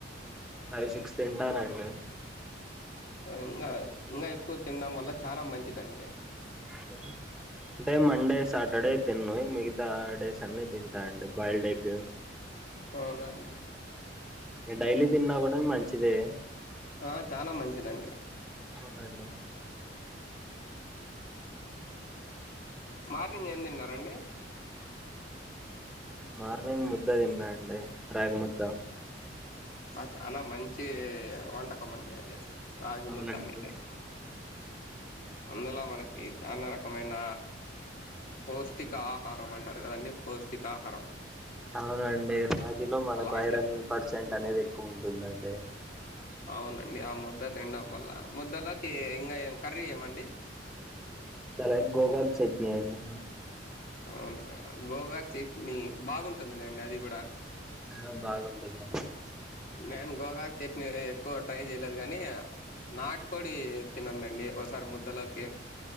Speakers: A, in the centre; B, on the left.
A: ఆవి సిక్స్ తింటానండి
B: ఇంకా ఇంకా ఎక్కువ తినడం వల్ల చానా మంచిదండి
A: <inaudible> అంటే మండే సాటర్డే తిన్ను మిగతా డేస్ అన్ని తింటా అండి బాయిల్డ్ ఎగ్
B: అవునండి
A: నేను డైలీ తిన్నా కూడా మంచిదే
B: ఆహా చానా మంచిదండి
A: అవునా అండి
B: మార్నింగ్ ఏం తిన్నారండి
A: మార్నింగ్ ముద్దే తిన్నా అండి రాగి ముద్ద
B: బ చాల మంచి వంటకం అండి అది రాగి
A: అవునండి
B: ముద్ద అనేది... అందులో మనకి చాలా రకమైన పౌష్టిక ఆహారం అంటారు కదండి పౌష్టికాహారం
A: అవునండి రాగిలో మనకు
B: అలాంటిది
A: ఐరన్ పర్సెంట్ అనేది ఎక్కువ ఉంటుందండి
B: అవునండి ఆ ముద్ద తినడం వల్ల ముద్దలోకి ఇంకా ఏ కర్రీ ఏమండి
A: శనగ గోగాక్ చట్నీ అండి
B: అవునా గోగాక్ చట్నీ బాగుంటుందిలేండి అది కూడా
A: ఆ బాగుంటదిండి
B: నేను గోగాక్ చట్నీ ఎక్కువ ట్రై చేయలేదు కానీ నాటుకోడి తినండండి ఒకసారి ముద్దలోకి